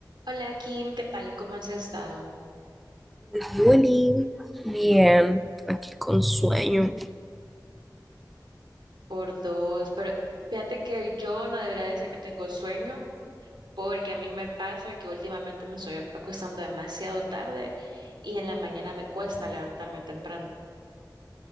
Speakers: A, on the right; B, in the centre.
A: Hola Kim, ¿qué tal? ¿Cómo has estado?
B: Ay, Oli, bien, aquí con sueño.
A: Por dos, pero fíjate que yo no debería decir que tengo sueño, porque a mí me pasa que últimamente me estoy ac- acostando demasiado tarde y en la mañana me cuesta levantarme temprano.